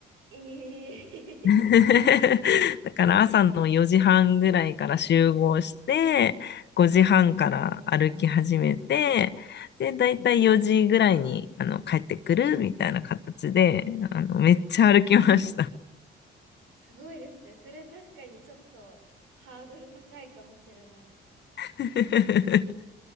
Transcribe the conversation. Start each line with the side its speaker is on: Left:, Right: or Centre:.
Right: え
Left: <laughs>
Right: え
Left: だから朝の4時半ぐらいから集合して、5時半から歩き始めて、で、だいたい4時ぐらいに、あの、帰ってくるみたいな形で、あの、めっちゃ歩きました。
Right: <laughs> すごい。すごいですね。それ確かにちょっとハードル高いかもしれない。
Left: <laughs>